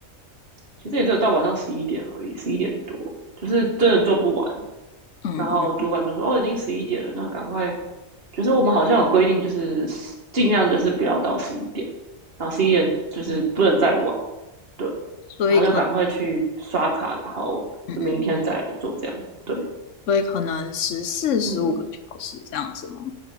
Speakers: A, on the right (about 45°); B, on the left (about 65°).
A: 其实也只有到晚上十一点而已，十一点多，就是真的做不完。
B: 嗯嗯，
A: 然后主管就说：“哦，已经十一点了，那赶快。”就是我们好像有规定，就是尽量就是不要到十一点，然后十一点就是不能再晚，
B: 哦，嗯
A: 对，
B: 所以可能，
A: 然后就赶快去刷卡，然后就明天再来做这样子，
B: 嗯嗯。
A: 对，
B: 所以可能十四、十五个小时这样子吗？
A: 嗯